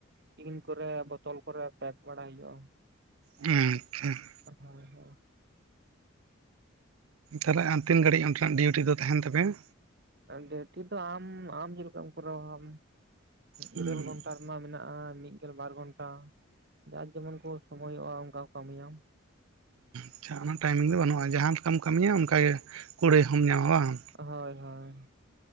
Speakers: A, on the right; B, on the right.
A: ᱛᱤᱱ ᱠᱚᱨᱮ ᱵᱳᱛᱚᱞ ᱠᱚᱨᱮ ᱯᱮᱠ ᱵᱟᱲᱟᱭ ᱦᱩᱭᱩᱜᱼᱟ ᱾
B: ᱦᱩᱸ ᱟᱪᱪᱷᱟ ᱾
A: ᱦᱳᱭ ᱦᱳᱭ ᱾
B: ᱛᱟᱦᱚᱞᱮ ᱟᱢ ᱛᱤᱱ ᱜᱷᱟᱹᱲᱤᱡ ᱚᱱᱰᱮᱱᱟ-ᱜ ᱰᱤᱩᱴᱤ ᱫᱚ ᱛᱟᱦᱮᱱ ᱛᱟᱯᱮᱭᱟ?
A: ᱰᱩᱴᱤ ᱫᱚ ᱟᱢ, ᱟᱢ ᱪᱮᱫᱠᱟᱢ ᱠᱚᱨᱟᱣᱼᱟ᱾ ᱟᱢ
B: ᱦᱩᱸ
A: ᱤᱨᱟᱹᱞ ᱜᱷᱚᱱᱴᱟ ᱾ ᱢᱟ ᱢᱮᱱᱟᱜᱼᱟ᱾ ᱢᱤᱫᱜᱞ ᱵᱟᱨ ᱜᱷᱚᱱᱴᱟ ᱾ ᱡᱟᱨ ᱡᱮᱢᱚᱱ ᱠᱚ ᱥᱳᱢᱚᱭᱚᱜᱼᱟ᱾ ᱚᱱᱠᱟ ᱠᱚ ᱠᱟᱹᱢᱤᱭᱟ ᱾
B: ᱟᱪᱪᱷᱟ ᱚᱱᱟ ᱴᱟᱭᱤᱢᱤᱝ ᱫᱚ ᱵᱟᱹᱱᱩᱜᱼᱟ᱾ ᱡᱟᱦᱟᱸ ᱞᱮᱠᱟᱢ ᱠᱟᱹᱢᱤᱭᱟ ᱚᱱᱠᱟᱜ ᱜᱮ ᱠᱩᱲᱟᱹᱭ ᱦᱚᱢ ᱧᱟᱢᱟ ᱾
A: ᱦᱳᱭ ᱦᱳᱭ ᱾